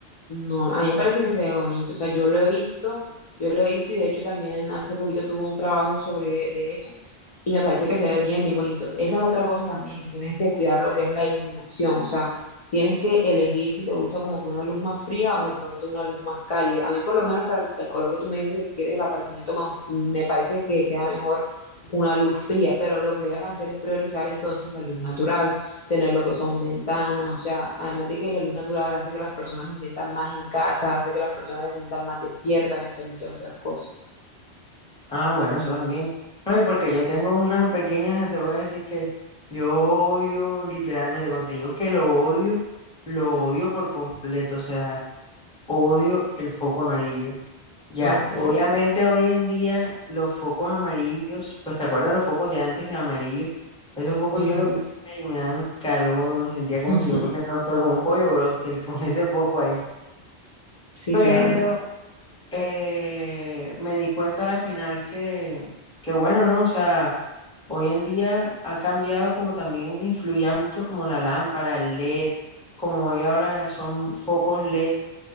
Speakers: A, on the left; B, in the centre.
A: No, a mí me parece que se ve bonito. O sea, yo lo he visto, yo lo he visto y de hecho también hace poquito tuve un trabajo sobre de eso y me parece que se ve bien, bien bonito. Esa es otra cosa también, que tienes que cuidar lo que es la iluminación. O sea, tienes que elegir si te gusta como que una luz más fría o de pronto una luz más cálida. A mí por lo menos para el, el color que tú me dices que quieres el apartamento, me, gust- me parece que queda mejor una luz fría, pero lo que debes hacer es priorizar entonces la luz natural tener lo que son ventanas, o sea, además de que la luz natural hace que las personas se sientan más en casa, hace que las personas se sientan más despiertas, entre muchas otras cosas.
B: Ah, bueno, eso también. No, y porque yo tengo unas pequeñas, te voy a decir que yo odio, literalmente, cuando te digo que lo odio, lo odio por completo, o sea, odio el foco amarillo. Ya,
A: Ah, Ok.
B: obviamente hoy en día los focos amarillos, pues te acuerdas los focos de antes amarillos, esos focos
A: ujú.
B: yo los veía y me daban calor, me sentía
A: <laughs>
B: como si yo pasara no sé, como un pollo bróster <laughs> con ese foco ahí.
A: Sí,
B: Pero
A: claro.
B: eh, me di cuenta al final que, que bueno, ¿no? O sea, hoy en día ha cambiado como también influía mucho como la lámpara, el LED, como hoy ahora son focos LED